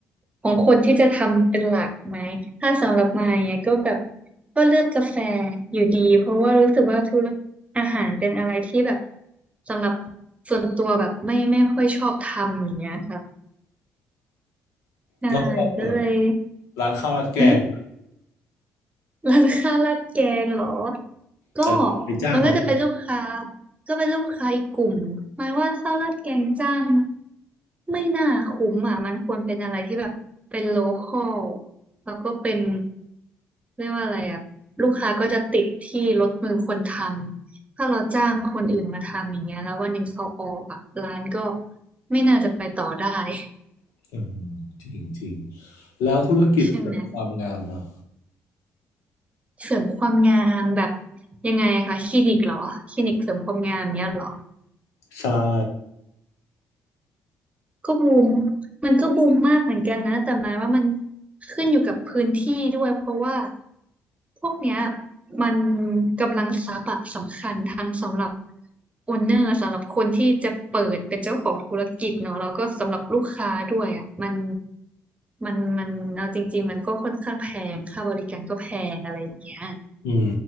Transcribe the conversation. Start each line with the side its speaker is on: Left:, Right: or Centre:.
Right: ของคนที่จะทำเป็นหลักไหมถ้าสำหรับมายอย่างเงี้ยก็แบบก็เลือกกาแฟอยู่ดีเพราะว่ารู้สึกว่าธุรกิจอาหารเป็นอะไรที่แบบสำหรับส่วนตัวแบบไม่ไม่ค่อยชอบทำอย่างเงี้ยค่ะใช่ก็เลย
Left: แล้วถ้าเราเปิดร้านข้าวราดแกง
Right: หืม ร้านข้าวราดแกงเหรอก็
Left: แต่ไปจ้างเขาท
Right: มันก็จะเป็นลูกค้าก็เป็นลูกค้าอีกกลุ่มหมายว่าข้าวราดแกงจ้างไม่น่าคุ้มอ่ะมันควรเป็นอะไรที่แบบเป็นโลคอลแล้วก็เป็นเรียกว่าอะไรอ่ะลูกค้าก็จะติดที่รถมือคนทำถ้าเราจ้างคนอื่นมาทำอย่างเงี้ยแล้ววันหนึ่งเขาออกอ่ะร้านก็ไม่น่าจะไปต่อได้ <laughs>
Left: ำอืมจริงจริง แล้วธุรกิจเสริมความงามเหรอ
Right: ใช่ไหม เสริมความงามแบบยังไงคะคลินิกเหรอคลินิกเสริมความงามเนี้ยเหรอ
Left: ใช่
Right: ก็บูมมันก็บูมมากเหมือนกันนะแต่หมายว่ามันขึ้นอยู่กับพื้นที่ด้วยเพราะว่าพวกเนี้ยมันกำลังทรัพย์อะสำคัญทางสำหรับโอนเนอร์สำหรับคนที่จะเปิดเป็นเจ้าของธุรกิจเนาะแล้วก็สำหรับลูกค้าด้วยอะมันมันมันเอาจริงๆมันก็ค่อนข้างแพงค่าบริการก็แพงอะไรอย่างเงี้ย
Left: อื